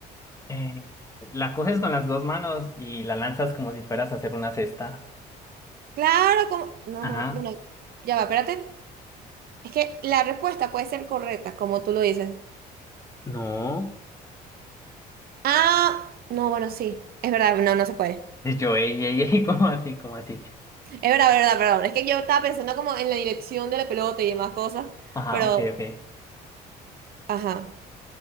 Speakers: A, on the left (about 20°); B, on the right (about 65°).
A: Eh, la coges con las dos manos y la lanzas como si fueras a hacer una cesta.
B: Claro, como... No,
A: Ajá.
B: man- bueno, ya va, espérate. Es que la respuesta puede ser correcta, como tú lo dices.
A: No.
B: Ah, no, bueno, sí, es verdad, no, no se puede.
A: Y yo, ey, ey, ey, <laughs> ¿cómo así? ¿Cómo así?
B: Es verdad, verdad, perdón. Es que yo estaba pensando como en la dirección de la pelota y demás cosas,
A: Ajá,
B: pero...
A: ok, ok,
B: Ajá.